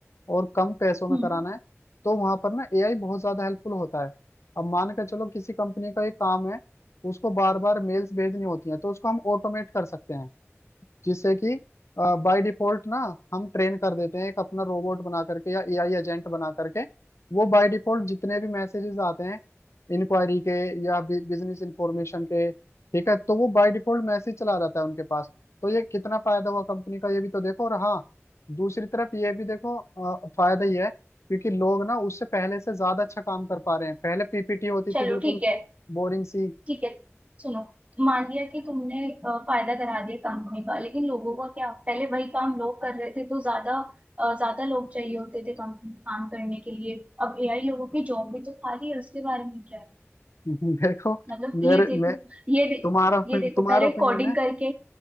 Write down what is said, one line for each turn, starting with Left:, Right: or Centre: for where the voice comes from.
Left: और कम पैसों में
Right: हम्म,
Left: कराना है तो वहां पर ना एआई बहुत ज्यादा हेल्पफुल होता है अब मान के चलो किसी कंपनी का ये काम है उसको बार बार मेल्स भेजनी होती है तो उसको हम ऑटोमेट कर सकते हैं जिससे कि बाय डिफॉल्ट ना हम ट्रेन कर देते हैं एक अपना रोबोट बना करके या एआई एजेंट बना करके वो बाय डिफॉल्ट जितने भी मैसेजेस आते हैं इंक्वायरी के या बिजनेस इंफॉर्मेशन के ठीक है तो वो बाय डिफॉल्ट मैसेज चला जाता है उनके पास तो ये कितना फायदा हुआ कंपनी का ये भी तो देखो और हाँ दूसरी तरफ ये भी देखो अ, फायदा ही है क्योंकि लोग ना उससे पहले से ज्यादा अच्छा काम कर पा रहे हैं पहले पीपीटी होती
Right: चलो
Left: थी बिल्कुल
Right: ठीक है
Left: बोरिंग सी
Right: ठीक है सुनो मान लिया कि तुमने अ, फायदा करा दिया कंपनी का लेकिन लोगों का क्या पहले वही काम लोग कर रहे थे तो ज्यादा अ, ज्यादा लोग चाहिए होते थे कंपनी काम करने के लिए अब एआई लोगों की जॉब भी तो खाली है उसके बारे में क्या है
Left: <laughs> देखो
Right: मतलब
Left: मेरे
Right: ये देखो
Left: मैं
Right: ये दे,
Left: तुम्हारा
Right: ये
Left: तुम्हारा
Right: देखो पहले
Left: ओपिनियन
Right: कोडिंग
Left: है
Right: करके